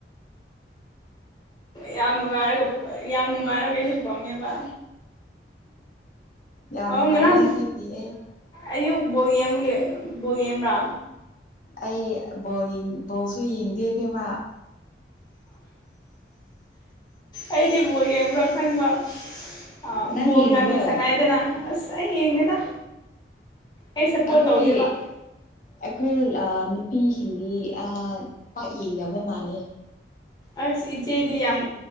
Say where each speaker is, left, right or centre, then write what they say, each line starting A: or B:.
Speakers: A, on the left; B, on the left.
A: ꯌꯥꯝ ꯅꯨꯡꯉꯥꯏꯔꯒ ꯌꯥꯝ ꯅꯨꯡꯉꯥꯏꯔꯒ ꯍꯤꯞꯄꯥꯝꯃꯦꯕ
B: ꯌꯥꯝ
A: ꯑꯣ
B: ꯅꯨꯡꯉꯥꯏꯔꯒꯥ
A: ꯉꯔꯥꯡ
B: ꯍꯤꯞꯄꯤ ꯑꯩ
A: ꯑꯌꯨꯛ ꯕꯣꯜ ꯌꯦꯡꯕ ꯒꯤ ꯕꯣꯜ ꯌꯦꯡꯕ꯭ꯔꯥ
B: ꯑꯩ ꯕꯣꯜ ꯕꯣꯜꯁꯨ ꯌꯦꯡꯗꯦꯕꯦꯝꯃꯥ
A: ꯑꯩꯗꯤ ꯕꯣꯜ ꯌꯦꯡꯕ꯭ꯔꯥ ꯈꯟꯕ ꯑ
B: ꯅꯪ
A: ꯕꯣꯡ
B: ꯌꯦꯡꯕ꯭ꯔꯣ
A: ꯉꯥꯟ ꯁꯅꯥꯏꯗꯅ ꯑꯁ ꯑꯩ ꯌꯦꯡꯗꯦꯗ ꯑꯩ ꯁꯞꯄꯣꯔꯠ
B: ꯑꯩꯈꯣꯏ
A: ꯇꯧꯗꯦꯕ
B: ꯑꯩꯈꯣꯏ ꯑꯥ ꯅꯨꯄꯤꯁꯤꯡꯗꯤ ꯑꯥ ꯄꯥꯛ ꯌꯦꯡꯗꯕ ꯃꯥꯜꯂꯦ
A: ꯑꯁ ꯏꯆꯦꯗꯤ ꯌꯥꯝ